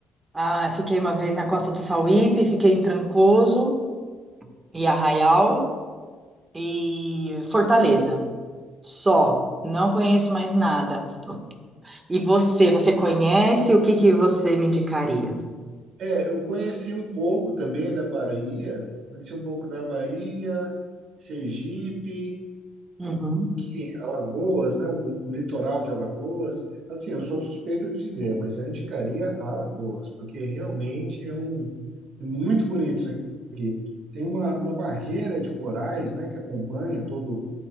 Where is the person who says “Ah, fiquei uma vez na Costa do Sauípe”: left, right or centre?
Right